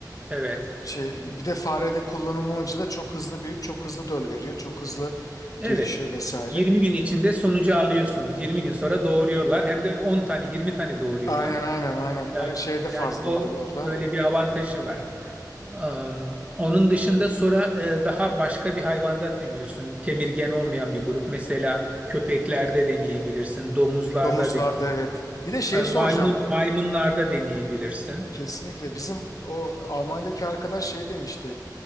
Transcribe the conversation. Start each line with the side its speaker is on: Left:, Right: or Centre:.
Right: Evet.
Left: Şey, bir de farede kullanım amacı da çok hızlı büyüyüp çok hızlı döl veriyor. Çok hızlı
Right: Evet.
Left: gelişiyor vesaire.
Right: 20 gün içinde sonucu alıyorsunuz. 20 gün sonra doğuruyorlar. Hem de 10 tane, 20 tane doğuruyorlar.
Left: Aynen aynen aynen. Ay-
Right: Ee,
Left: Şeyde fazla
Right: yani o
Left: oluyor orada.
Right: öyle bir avantajı var. Am, onun dışında sonra e, daha başka bir hayvanda deniyorsun. Kemirgen olmayan bir grup. Mesela köpeklerde deneyebilirsin, domuzlarda
Left: Domuzlarda
Right: deneyebilirsin.
Left: evet. Bir de şey
Right: E, Maymun
Left: soracağım.
Right: maymunlarda deneyebilirsin.
Left: Kesinlikle bizim o Almanya'daki arkadaş şey demişti